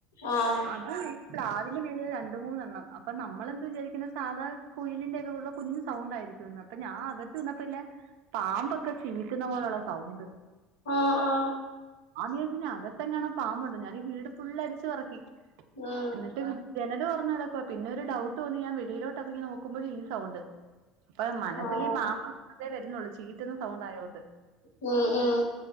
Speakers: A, on the left; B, on the right.
A: ആഹ്
B: അത് പ്ലാവിന്റെ മേല് രണ്ടുമൂന്നെണ്ണം, അപ്പൊ നമ്മളെന്താ വിചാരിക്കുന്നെ സാധാ കുയിലിന്റെ ഒക്കെ പോലുള്ള കുഞ്ഞു സൗണ്ട് ആയിരിക്കുന്ന്‌ അപ്പൊ ഞാൻ അകത്ത് നിന്നപ്പില്ലെ, പാമ്പൊക്കെ ചീറ്റുന്ന പോലെയൊള്ള സൗണ്ട്
A: ആ ആ.
B: ഞാൻ വിചാരിച്ചിനി അകത്തെങ്ങാനും പാമ്പൊണ്ടെന്നു, ഞാനീ വീട് ഫുള്ളരിച്ചു പെറക്കി,
A: ഉം
B: എന്നിട്ട് ജനല് തൊറന്ന് കെടക്കുവാ, പിന്നെ ഒരു ഡൌട്ട് തോന്നി ഞാൻ വെളീലോട്ടറങ്ങി നോക്കുമ്പഴും ഈ സൗണ്ട് അപ്പൊ മനസ്സിൽ
A: ആഹ്
B: ഈ പാമ്പ <inaudible> വരുന്നുള്ളൂ, ചീറ്റുന്ന സൗണ്ടായതോണ്ട്
A: ഉം ഉം